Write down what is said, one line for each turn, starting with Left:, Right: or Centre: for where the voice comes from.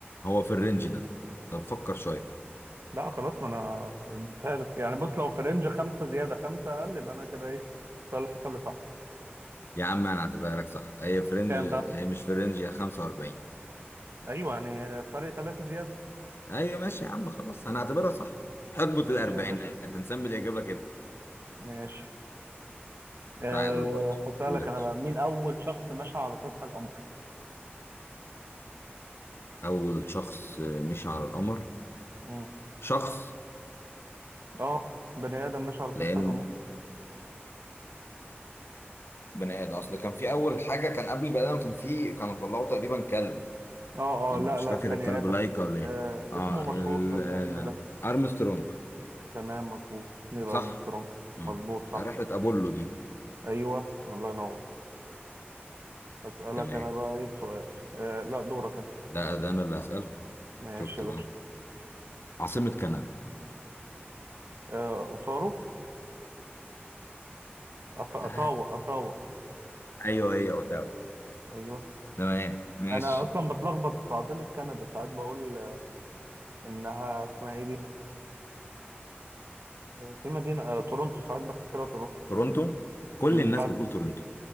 Left: هو في الرينج ده طب فكر شوية <laughs>
Right: لا خلاص ما أنا اديتها لك يعني بص لو في رينج خمسة زيادة خمسة أقل يبقى أنا كده إيه صالح حساب لي صح
Left: يا عم أنا هعتبرها لك صح هي في رينج
Right: كام
Left: هي
Right: بقى؟
Left: مش في رينج هي 45
Right: أيوه يعني فرق ثلاثة زيادة
Left: أيوة ماشي يا عم خلاص أنا هعتبرها صح حقبة
Right: ماشي
Left: الأربعينات
Right: يا باشا
Left: هنسمي الإجابة كده
Right: ماشي أه
Left: تعادل برضه
Right: هسألك
Left: قول يا
Right: أنا
Left: باشا
Right: بقى مين أول شخص مشى على سطح القمر؟
Left: أول شخص مشي على القمر
Right: مم.
Left: شخص
Right: أه بني آدم مشى على
Left: لأن
Right: سطح القمر
Left: بني آدم أصل كان في أول حاجة كان قبل البني آدم كان في كانوا طلعوا تقريبا كلب
Right: أه
Left: يعني
Right: أه لا
Left: مش
Right: لا
Left: فاكر
Right: بني
Left: الكلب
Right: آدم
Left: لايكا ولا
Right: أه
Left: إيه آه
Right: اسمه
Left: ال-
Right: مشهور في العلم
Left: آه،
Right: ده
Left: أرمسترونج
Right: تمام مظبوط نيل
Left: صح
Right: أرمسترونج
Left: مم.
Right: مظبوط صح
Left: رحلة أبولو دي
Right: أيوه الله ينور هسألك
Left: تمام
Right: أنا بقى إيه سؤال أه لا دورك أنت
Left: ده ده أنا اللي هسألك
Right: ماشي
Left: شفت
Right: يا
Left: بقى
Right: باشا
Left: عاصمة كندا
Right: أه أوتارو أط- أطاوة
Left: آه.
Right: أطاوة
Left: أيوه هي أوتاوا
Right: أيوه
Left: تمام ماشي
Right: أنا أصلا بتلخبط في عاصمة كندا ساعات بقول آه، إنها اسمها إيه دي؟ آه، في مدينة آه، تورونتو ساعات بفتكرها
Left: تورونتو كل
Right: تورونتو
Left: الناس بتقول تورونتو